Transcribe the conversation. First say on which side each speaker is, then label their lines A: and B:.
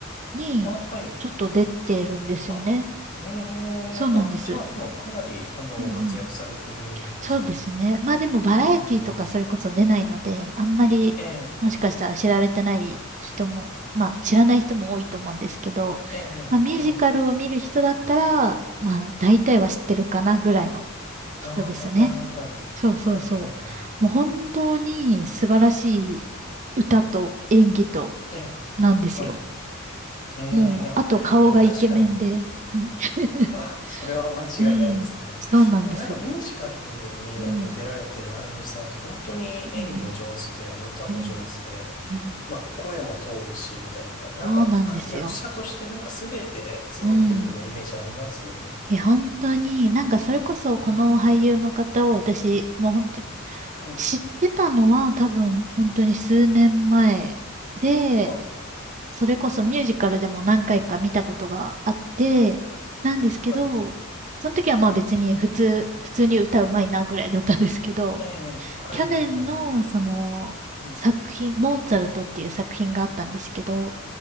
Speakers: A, on the right; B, on the left.
A: にちょっと出てるんですよね。
B: あ、はい。あ、ええ、
A: そうなんです。
B: あ、じゃあ、でも、かなり、あの、
A: うんうん。
B: 活躍されてるんですね。
A: そうですね。まあでもバラエティとかそれこそ出ないので、
B: うん、うん、うん。
A: あんまりもしかしたら知られてない人も、
B: ええ、
A: まあ知らない人も多いと思うんですけど、
B: ええ、
A: まあミュージカルを見る人だったら、
B: ええ、
A: まあ大体は知ってるかなぐらいの人ですね。
B: ああ、なるほど。
A: そうそうそう。
B: はい、はい、はい。
A: もう本当に素晴らしい歌と演技と
B: ええ、
A: なんですよ。
B: はい。ええ、
A: もう、
B: いや、
A: あと顔がイケメンで、
B: でも確かに、
A: はい。<laughs>
B: あ、それは間違いないですね。
A: うん、そうなんです。
B: でもなんかミュージカルにあの出られてる俳優さんって本当に演技も上手で、
A: うん、うん、
B: あの歌も上手で、
A: うん、うん。うん
B: まあ声も通るし、みたいな、なんかは役者としてなんか全て揃ってるようなイメージありますよね。
A: そうなんですよ。うん。え、本当に、なんかそれこそこの俳優の方を私、
B: うん。
A: もう本当に
B: はい。
A: 知ってたのは多分本当に数年前で、
B: あ、
A: それこそミュージカルでも何回か見たことがあって、なんですけど、
B: はい。
A: その時はまあ別に普通、普通に歌うまいなぐらいだったんですけど、
B: ええ、はい、
A: 去年のその作品、
B: はい、はい。うん。
A: モーツァルトっていう作品があったんですけど、